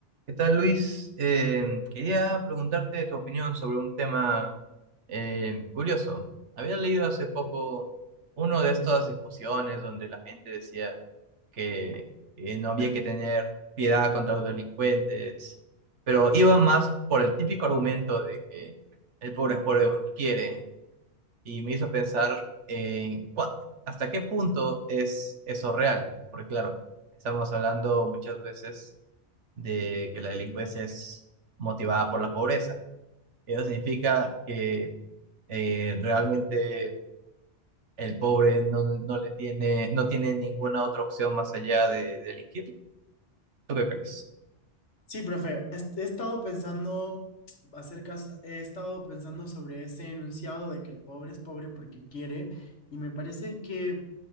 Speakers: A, on the right (about 80°); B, on the left (about 80°).
A: ¿Qué tal, Luis? Eh, quería preguntarte tu opinión sobre un tema eh, curioso. Había leído hace poco uno de estas discusiones donde la gente decía que eh, no había que tener piedad contra los delincuentes, pero iba más por el típico argumento de que el pobre es pobre porque quiere, y me hizo pensar en cua- hasta qué punto es eso real, porque claro, estamos hablando muchas veces de que la delincuencia es motivada por la pobreza. Eso significa que eh, realmente el pobre no, no le tiene, no tiene ninguna otra opción más allá de delinquir. ¿Tú qué crees?
B: Sí, profe, he, he estado pensando acerca, he estado pensando sobre ese enunciado de que el pobre es pobre porque quiere, y me parece que